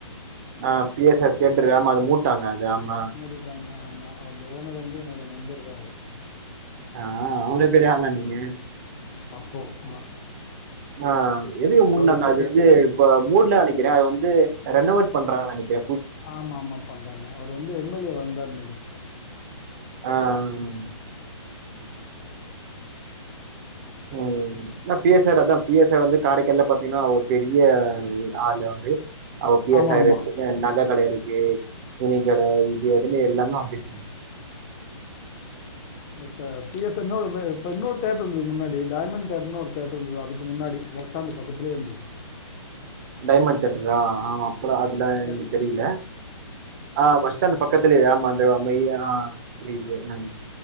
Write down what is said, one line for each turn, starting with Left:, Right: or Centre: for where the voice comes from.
Right: ஆ பி எஸ் ஆர் தேட்ரு ஆமா அத மூட்டாங்க அது ஆமா
Left: மூடிட்டாங்க ஆமா அந்த ஓனர் வந்து என்னோட நண்பர் தா அவரு
Right: ஆ அவுங்க பெரிய ஆளா நீங்க
Left: ஆமா அப்போ ஆ
Right: ஆ எதுக்கு மூன்னாங்க
Left: இப்பயே
Right: அது வந்து இப்ப மூட்ல நெனைக்கிற அத வந்து ரெனவேட் பண்றாங்க நெனைக்கிற
Left: ஆமா ஆமா பண்றாங்க அவர் வந்து எம் எல் ஏ வா இருந்தார் நெனைக்கிற அப்ப
Right: ஆ ம்
Left: ஆமா ஆ
Right: ம் என்ன பி எஸ் ஆர் அதா பி எஸ் ஆர் வந்து காரைக்கால்ல பாத்தீங்னா ஒரு பெரிய ஆளு அவரு அ பி
Left: ஆமாமா.
Right: எஸ் ஆர் ரு நக கட இருக்கு துணி கட இது அதுன் எல்லாமே வந்துருச்சு
Left: இப்ப பி எஸ் ஆர் னு இப்ப இன்னொரு தேட்டர் இருந்தது முன்னாடி டைமண்ட் தேடர்னு ஒரு தேட்டர் இருந்தது அதுக்கு முன்னாடி பஸ் ஸ்டாண்ட் பக்கத்துலே இருந்தது
Right: டைமண்ட் தேட்டரா ஆ அப்பல
Left: ஆமா.
Right: அதெல்லா
Left: க
Right: எங்ளுக் தெரில ஆ பஸ் ஸ்டாண்ட் பக்கத்துலே ஆமா அந்த அமா ஆ புரிது ம்